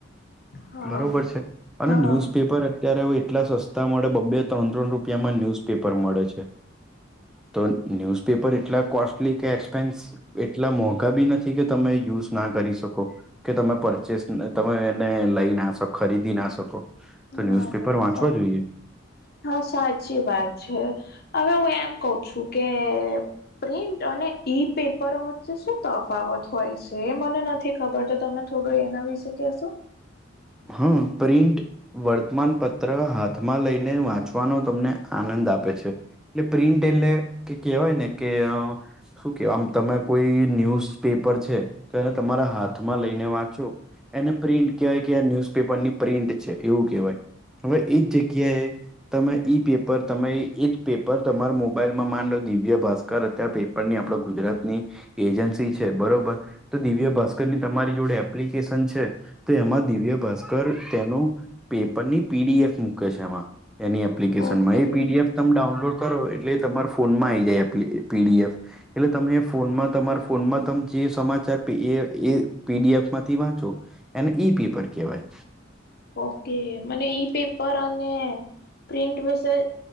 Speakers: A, on the left; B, in the centre.
A: હા
B: બરોબર છે અને
A: હા
B: ન્યુઝપેપર જ અત્યારે હું એટલા સસ્તા મળે બબ્બે ત્રણ-ત્રણ રૂપિયામાં ન્યૂઝપેપર મળે છે. તો ન્યૂઝપેપર એટલા કોસ્ટલી કે એક્સપેન્સ એટલા મોંઘા બી નથી કે તમે યુઝ ના કરી શકો. કે તમે પરચેસ તમે એને લઈ ના શક ખરીદી ના શકો. તો ન્યુઝપેપર
A: ના ના
B: વાંચવા
A: સા
B: જોઈએ.
A: હા સાચી વાત છે હવે હું એમ કહું છું કે પ્રિન્ટ અને ઈ પેપર વચ્ચે શું તફાવત હોય છે, એ મને નથી ખબર તો તમે થોડું એના વિશે કહેશો.
B: હા, પ્રિંન્ટ વર્તમાન પત્ર હાથમાં લઈને વાંચવાનો તમને આનંદ આપે છે. એટલે પ્રિન્ટ એટલે કે કેહેવાય ને કે અ શું કે આમ તમે કોઈ ન્યૂઝ પેપર છે, તો એને તમારા હાથમાં લઈને વાંચો એને પ્રિન્ટ કેવાય કે ન્યૂઝપેપર ની પ્રિન્ટ છે એવું કહેવાય. હવે એ જ જગ્યાએ તમે ઈ પેપર તમે એ જ પેપર તમારા મોબાઈલ માં માન લો દિવ્ય ભાસ કર ત્યાં, પેપરની આપણે ગુજરાતની એજન્સી છે, બરોબર તો દિવ્ય ભાસ્કર ની તમારી જોડે એપ્લિકેશન છે, તો એમાં દિવ્ય ભાસ્કર તેનો પેપરની પીડીએફ મૂકે છે, એમાં. એની એપ્લિકેશન
A: ઓકે
B: માં એ પીડીએફ તમે ડાઉનલોડ કરો, એટલે તમાર ફોનમાં આઈ જાય એપ્લી પીડીએફ. એટલે તમે ફોનમાં તમાર ફોનમાં તમે જે સમાચાર એ એ પીડીએફ માંથી વાંચો એને ઈ પેપર કહેવાય.
A: ઓકે, મને ઈ પેપર અને પ્રિન્ટ વિશે